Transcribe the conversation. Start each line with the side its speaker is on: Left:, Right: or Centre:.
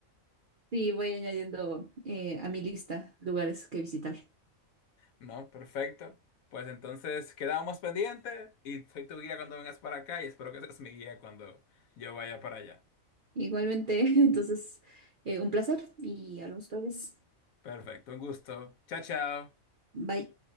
Right: Sí, voy añadiendo eh, a mi lista lugares que visitar.
Left: No, perfecto. Pues entonces quedamos pendientes y soy tu guía cuando vengas para acá y espero que seas mi guía cuando yo vaya para allá.
Right: Igualmente, <laughs> entonces, eh, un placer y hablamos otra vez.
Left: Perfecto, un gusto. Chao, chao.
Right: Bye.